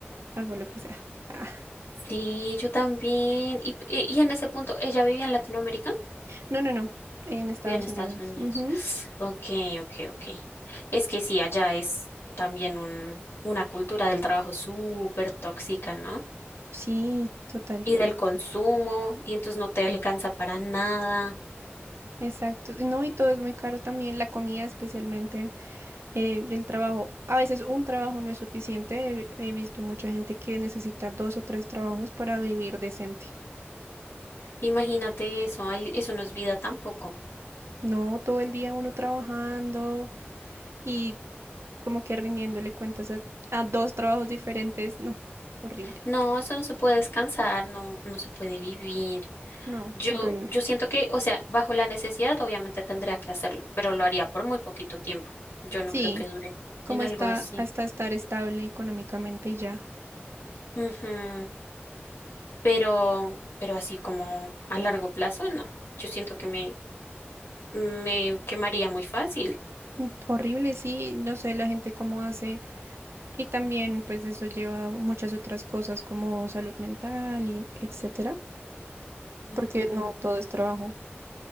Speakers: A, on the right (about 80°); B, on the left (about 65°).
A: hago lo que sea. Ah,
B: Sí, yo también. Y, y- y en ese punto, ¿ella vivía en Latinoamérica?
A: No, no, no, en Estados
B: Vivía en Estados
A: Unidos.
B: Unidos.
A: Ujú.
B: Ok, ok, ok. Es que sí, allá es también un, una cultura del trabajo súper tóxica, ¿no?
A: Sí, total.
B: Y del consumo, y entonces no te alcanza para nada.
A: Exacto. No, y todo es muy caro también, la comida especialmente, eh, el trabajo. A veces un trabajo no es suficiente. He, he visto mucha gente que necesita dos o tres trabajos para vivir decente.
B: Imagínate eso, ay, eso no es vida tampoco.
A: No, todo el día uno trabajando y como que rindiéndole cuentas a, a dos trabajos diferentes, no, horrible,
B: No, eso no se puede descansar, no, no se puede vivir.
A: no,
B: Yo,
A: horrible.
B: yo siento que, o sea, bajo la necesidad obviamente tendría que hacerlo, pero lo haría por muy poquito tiempo. Yo no
A: Sí,
B: creo que dure
A: como
B: en algo
A: está
B: así.
A: hasta estar estable económicamente y ya.
B: Ujú. Pero, pero así como a largo plazo, no. Yo siento que me, me quemaría muy fácil.
A: Mm, Horrible, sí, no sé la gente cómo hace y también pues eso lleva a muchas otras cosas como salud mental y etcétera,
B: Ujú.
A: porque no todo es trabajo.